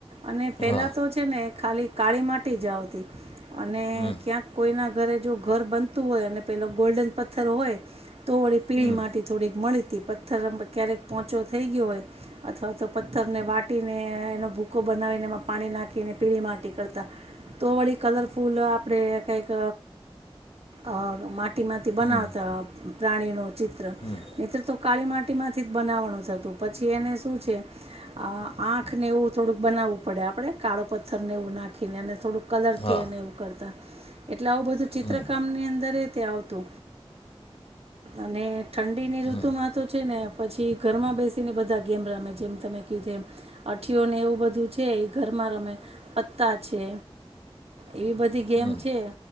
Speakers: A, on the right; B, on the left.
A: અને પેલા
B: હા
A: તો છે ને. ખાલી કાળી માટી જ આવતી. અને
B: હમ
A: ક્યાંક કોઈના ઘરે જો ઘર બનતું હોય અને પેલો ગોલ્ડન પથ્થર હોય. તો થોડી પીળી
B: હમ
A: માટે થોડીક મળી થી પથ્થર ક્યારેક પોહચો થઈ ગયો હોય અથવા તો પથ્થરને વાટીને એનો ભૂકો બનાવીને એમાં પાણી નાખીને પીળી માટી કરતા તો વળી કલર. ફૂલ આપણે કંઈક. અ માટ તે માથી બનાવતા.
B: હમ
A: પ્રાણીનો ચિત્ર
B: હમ
A: નિતૃતો કાળી માટીમાંથી જ બનાવવાનું થતું પછી એને શું છે આહ આંખને એવું થોડુંક બનાવવું પડે આપણે કાળો પથ્થરને એવું નાખીને અને થોડું કલરથી
B: હા
A: એને એવું કરતાં. એટલે આવું બધું ચિત્રકામ
B: હમ
A: ની અંદર એ તે આવ તો અને ઠંડીની ઋતુમાં
B: હમ
A: તો છે ને પછી ઘરમાં બેસીને બધા ગેમ રમે જેમ તમે કીધું એમ. અઠીઓને એવું બધું છે એ ઘરમાં રમે. પત્તા છે એવી બધી ગેમ
B: હમ
A: છે